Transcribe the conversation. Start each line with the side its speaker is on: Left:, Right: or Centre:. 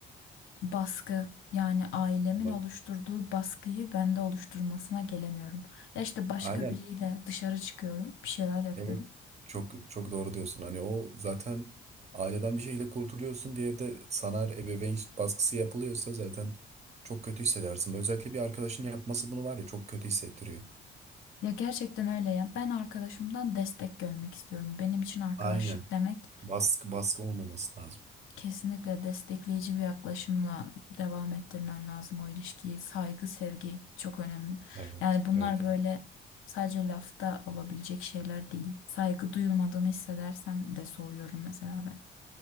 Left: baskı yani ailemin
Right: Vallahi.
Left: oluşturduğu baskıyı bende oluşturmasına gelemiyorum. Ya işte başka
Right: Aynen.
Left: biriyle dışarı çıkıyorum, bir şeyler yapıyorum.
Right: Evet. Çok çok doğru diyorsun. Hani o zaten aileden bir şekilde kurtuluyorsun. Diğeri de sana ebeveyn baskısı yapılıyorsa zaten çok kötü hissedersin. Özellikle bir arkadaşın yapması bunu var ya çok kötü hissettiriyor.
Left: Ya gerçekten öyle ya. Ben arkadaşımdan destek görmek istiyorum. Benim için arkadaşlık
Right: Aynen.
Left: demek
Right: Baskı baskı olmaması lazım.
Left: Kesinlikle destekleyici bir yaklaşımla devam ettirmen lazım o ilişkiyi. Saygı, sevgi çok önemli.
Right: Evet,
Left: Yani bunlar
Right: evet,
Left: böyle
Right: evet.
Left: sadece lafta olabilecek şeyler değil. Saygı duyulmadığını hissedersem de soğuyorum mesela ben.